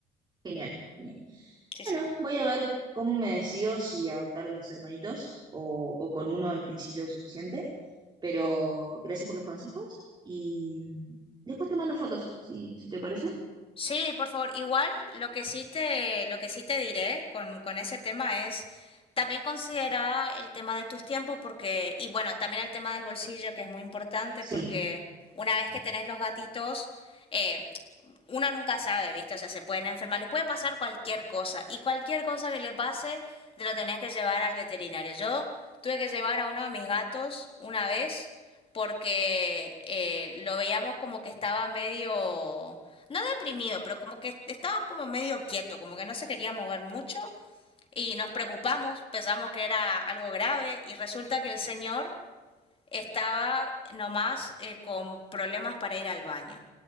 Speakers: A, on the right; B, on the left.
A: genial, genial.
B: Sí,
A: Bueno,
B: sí.
A: voy a ver cómo me decido si adoptar a los hermanitos o, o con uno al principio es suficiente. Pero gracias por los consejos y después te mando fotos, si, si te parece.
B: Sí, por favor. Igual lo que sí te, lo que sí te diré con, con ese tema es también considera el tema de tus tiempos porque, y bueno, también el tema del bolsillo que es muy importante
A: Sí,
B: porque una vez que tenés los gatitos, eh, uno nunca sabe, ¿viste? O sea, se pueden enfermar, les puede pasar cualquier cosa y cualquier cosa que le pase, te lo tenés que llevar al veterinario. Yo tuve que llevar a uno de mis gatos una vez porque eh, lo veíamos como que estaba medio, no deprimido, pero como que estaba como medio quieto, como que no se quería mover mucho y nos preocupamos, pensamos que era algo grave y resulta que el señor estaba nomás eh, con problemas para ir al baño.